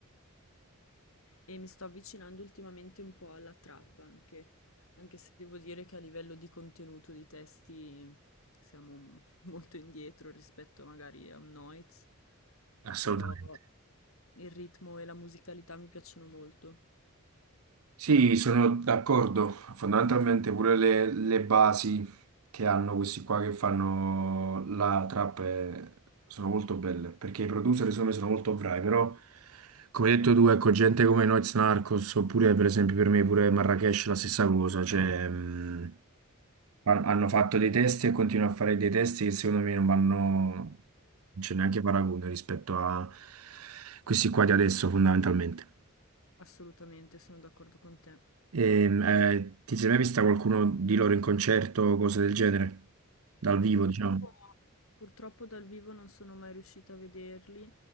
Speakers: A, on the left; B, on the right.
A: E mi sto avvicinando ultimamente un po' alla trap anche, anche se devo dire che a livello di contenuto di testi siamo m- molto indietro rispetto magari a un Noiz,
B: Assolutamente.
A: però il ritmo e la musicalità mi piacciono molto,
B: Sì, sono d'accordo. Fondamentalmente pure le, le basi che hanno questi qua che fanno la trap eh, sono molto belle, perché i producer secondo me sono molto bravi, però come hai detto tu, ecco, gente come Noyz Narcos, oppure per esempio per me pure Marracash la stessa cosa, cioè mh, han- hanno fatto dei testi e continuano a fare dei testi che secondo me non vanno, non c'è neanche paragone rispetto a questi qua di adesso fondamentalmente.
A: assolutamente, sono d'accordo con te.
B: Ehm, eh, ti sei mai vista qualcuno di loro in concerto o cose del genere? Dal vivo,
A: Purtroppo,
B: diciamo.
A: purtroppo dal vivo non sono mai riuscita a vederli,